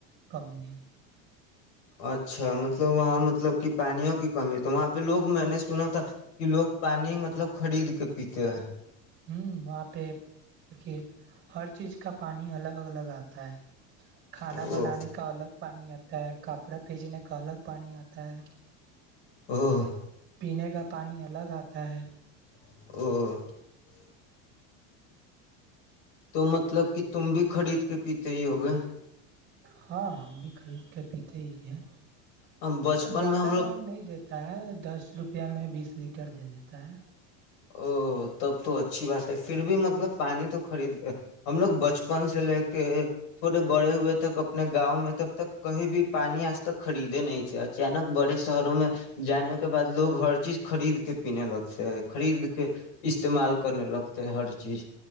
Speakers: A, on the right; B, on the left.
A: کمی ہے
B: اچھا مطلب وہاں مطلب کہ پانیوں کی کمی تو وہاں پہ لوگ میں نے سنا تھا کہ لوگ پانی مطلب خرید کے پیتے ہیں
A: ہوں وہاں پہ دیکھیے ہر چیز کا پانی الگ الگ آتا کھانا
B: او
A: بنانے کا الگ پانی آتا ہے کپڑا پیجنے کا الگ پانی آتا ہے
B: ہاںاں
A: پینے کا پانی الگ آتا ہے
B: <inaudible> تو مطلب کہ تم بھی خرید کے پیتے ہی ہو گے
A: ہاں ہم بھی خرید کے پیتے ہی ہیں
B: ہم بچپن
A: وہ زیادہ
B: میں ہم لوگ
A: مانگ نہیں دیتے دیتا ہے دس روپیہ میں بیس لیٹر دے دیتا ہے
B: او تب تو اچھی بات ہے پھر بھی مطلب پانی تو خرید کر ہم لوگ بچپن بپن سے لے کے تھوڑے بڑے ہوئے تک اپنے گاؤں میں تب تک کہیں بھی پانی آج تک خریدے نہیں تھ اچانک بڑے شہروں میں جانے کے بعد لوگ ہر چیز خرید کے پینے لگتے ہیں خرید کے استعمال کرنے لگتے ہیں ہر چیز